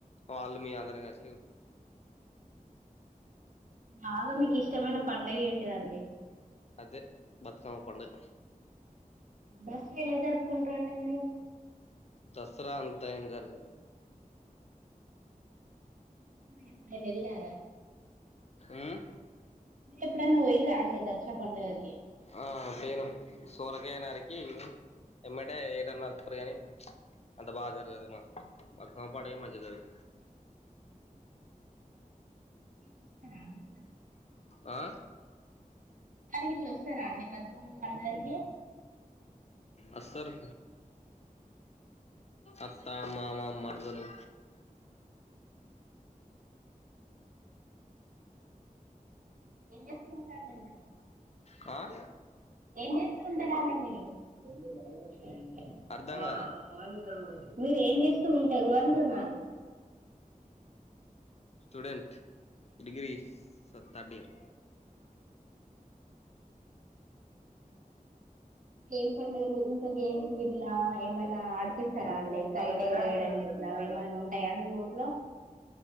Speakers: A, on the left; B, on the right.
A: వాళ్ళు మీ అందరు కలిసి <unintelligible>
B: బాగా మీకు ఇష్టమైన పండగ ఏంటిదండి
A: అదే బతుకమ్మ పండగ
B: దసరా ఎలా జరుపుకుంటారండి మీరు
A: దసరా అంతా ఏం జరగదు
B: ఎప్పుడన్న ఎల్లారా
A: మ్మ్
B: ఎప్పుడైనా పోయిర్రా అండి దసరా పండుగకి
A: ఆ పేరు సొరకాయ నారి ఏ ఏం ఎమట్టే ఏటన్న వత్తరు కానీ అంత బాగా జరగదు అది మా బతుకమ్మ పండగ ఏం మంచిగ జరుగు
B: వస్తారా అండి
A: ఆ
B: గిట్ల వస్తారా అండి మరీ హుమ్ పండగి
A: అస్తరు అత్త మామ మరదలు
B: ఏం చేస్తూ ఉంటారండి మీరు
A: ఆ
B: ఏం చేస్తా ఉంటరండి మీరు <unintelligible>
A: అర్ధం
B: ఆ
A: కాలే
B: ఆ ఆలింట్ల గుడా మీరు ఏం చేస్తూ ఉంటారు అంటున్నా
A: స్టూడెంట్ డిగ్రీస్ థర్డ్ ఇయర్
B: ఏం పండుగలు ఇంకా గేమ్స్ గిట్లా ఏమైనా ఆడిపిస్తారా అండి, కైట్ ఎగరేయడం గిట్లా ఏమైనా ఉంటాయా మీ ఊర్లో,